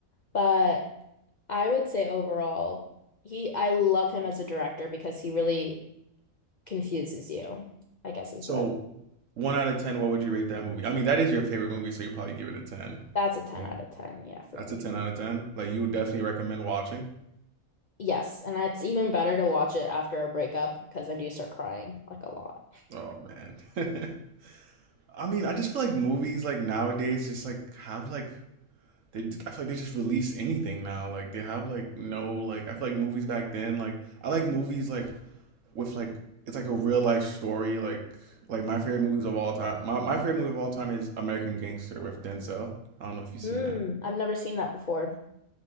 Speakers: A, on the left; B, on the right.
A: But I would say overall, he I love him as a director because he really confuses you, I guess is
B: So
A: the best.
B: one out of ten, what would you rate that movie? I mean, that is your favorite movie, so you probably give it a ten.
A: That's a 10
B: Like
A: out of 10, yeah, for
B: that's
A: me.
B: a ten out of ten. Like you would definitely recommend watching.
A: Yes, and it's even better to watch it after a breakup because I do start crying like a lot.
B: Oh man. <laughs> I mean, I just feel like movies like nowadays just like have like they I feel like they just release anything now. Like they have like no like I feel like movies back then like I like movies like with like it's like a real life story. Like like my favorite movies of all time. My my favorite movie of all time is American Gangster with Denzel. I don't know if you've seen
A: Mm,
B: that.
A: I've never seen that before.